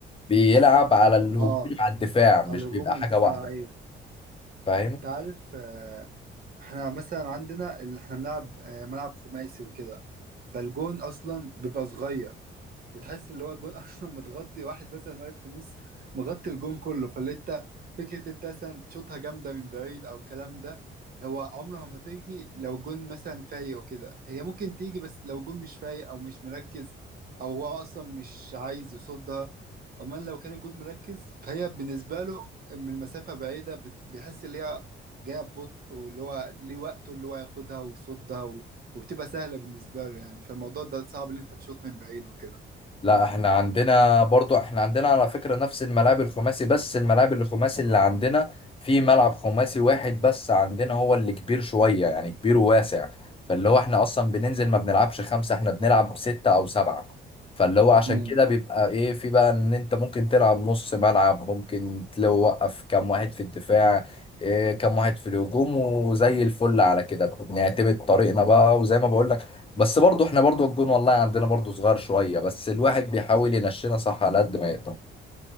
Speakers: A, on the left; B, on the right.
A: بيلعب على الهجوم
B: اه
A: على الدفاع مش
B: على
A: بيبقى
B: الهجوم والدفاع
A: حاجه واحده
B: ايوه
A: فاهم
B: انت عارف آه، احنا مثلا عندنا اللي احنا بنلعب آه، ملعب خماسي وكده فالجون اصلا بيبقى صغير وتحس اللي هو الجون <laughs> اصلا متغطي واحد مثلا واقف في النص مغطي الجون كله فاللي انت فكره انت مثلا تشوطها جامده من بعيد او الكلام ده هو عمره ما تيجي لو الجون مثلا فايق وكده هي ممكن تيجي بس لو الجون مش فايق او مش مركز او هو اصلا مش عايز يصدها امال لو كان الجون مركز فهي بالنسبه له من مسافه بعيده بت- بيحس ان هي جايه ببطء واللي هو ليه وقته اللي هو ياخدها ويصدها و... وبتبقى سهله بالنسبه له يعني فالموضوع ده صعب ان انت تشوط من بعيد وكده
A: لا احنا عندنا برضو احنا عندنا على فكرة نفس الملاعب الخماسي بس الملاعب الخماسي اللي عندنا في ملعب خماسي واحد بس عندنا هو اللي كبير شوية يعني كبير وواسع فاللي هو احنا اصلا بننزل ما بنلعبش خمسة احنا بنلعب ستة او سبعة فاللي هو عشان
B: امم
A: كده بيبقى ايه في بقى ان انت ممكن تلعب نص ملعب ممكن توقف كام واحد في الدفاع إيه كام واحد في الهجوم وزي الفل على كده بنعتمد طريقنا بقى وزي ما بقول بس برضو احنا برضو الجون والله عندنا برضو صغير شوية بس الواحد بيحاول ينشنا صح على قد ما يقدر